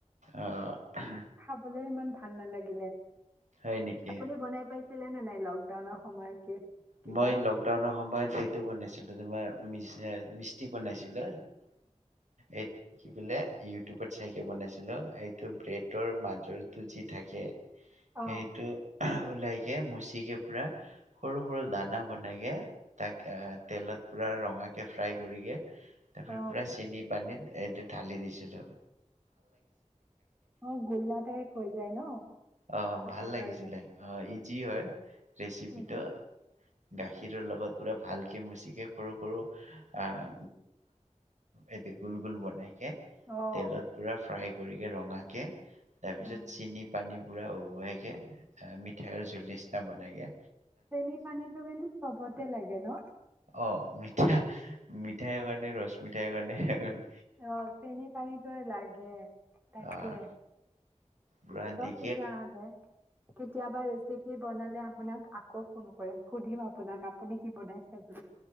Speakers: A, on the right; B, on the right.
A: অ, <unintelligible>
B: খাবলৈ ইমান ভাল নালাগিলে
A: হয় নেকি
B: আপুনি বনাই পাইছিলে নে নাই লগ লকডাউনৰ সময়ত কে কিবা?
A: মই লকডাউনৰ সময়ত সেইটো বনাইছিলোঁ তোমাৰ মিচ-মিস্তি বনাইছিলে এইট কি বোলে ইউটিউবত চাইকে বনাইছিলোঁ এইটো ব্ৰেডৰ মাজৰটো যি থাকে
B: অ
A: সেইটো উলাইকে মুচিকে পুৰা সৰু-সৰু দানা বনাইকে তাক এ তেলত পুৰা ৰঙাকে ফ্ৰাই কৰিগে তাৰপৰা
B: অ
A: পুৰা চেনি পানীত এইটো ঢালি দিছিলোঁ
B: অ, গোল্লা টাইপ হৈ যায় ন?
A: অ,
B: খাবৰ
A: ভাল লাগিছিলে
B: কাৰণে।
A: অ, ইজি হয় ৰেচিপিটো।
B: উম
A: গাখীৰৰ লগত পুৰা ভালকে মুচিকেই সৰু-সৰু আহ এইটো গোল-গোল বনাইকে
B: অহ
A: তেলত পুৰা ফ্ৰাই কৰিকে ৰঙাকে তাৰপিছত
B: উম।
A: চেনি পানী পুৰা উহোৱাইকে অ, মিঠাইৰ জোল নিচিনা বনাইগে
B: চেনি পানীটো কিন্তু চবতে লাগে ন'?
A: অ, মিঠা- মিঠাইৰ মানে ৰছ মিঠাই মানে
B: অ, চেনি পানীটো আৰু লাগে তাকে
A: আহ পুৰা দি
B: তেতিয়া আনে কেতিয়াবা এইচ <unintelligible> বনালে আপোনাক আকৌ ফোন কৰিম সুধিম আপোনাক আপুনি কি বনাইছে বুলি?